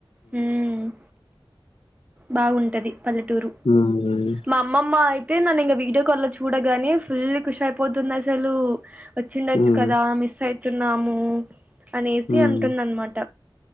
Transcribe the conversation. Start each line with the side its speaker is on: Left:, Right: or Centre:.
Right: ఉహు్ బాగుంటది పల్లెటూరు
Left: మ్మ్
Right: మా అమ్మమ్మ అయత్ తే నన్ ఇంగా వీడియో కాల్ లో చూడగానే ఫుల్ కుచ్చాప్ పోతుంది అసలు వచ్చిండొచ్చు
Left: మ్మ్
Right: కదా మిస్ అయితున్నాము. అనేసి
Left: మ్మ్
Right: అంటుందన్నమాట